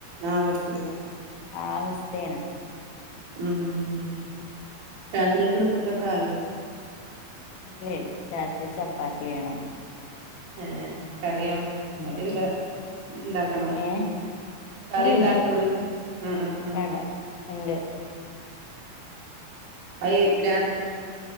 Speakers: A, on the right (about 85°); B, on the left (about 70°).
A: ആഹ് പർത്തില്ല
B: ആ അവസ്ഥയാണ്
A: ഉം രാത്രിയൊക്കുള്ള ഫുഡ ഒക്കെ ആയോ
B: ഇല്ലല്ല രാത്രി ചപ്പാത്തി വേണം
A: ഏർ കറിയോ കറി
B: ഉം
A: എന്താ ഉണ്ടാക്കണോ
B: ഏ
A: കറി
B: കറിയുണ്ടാവും
A: ഉണ്ടാക്കണ ആ ഉ
B: വേണ്ട ഉണ്ട്
A: ആ അ രാ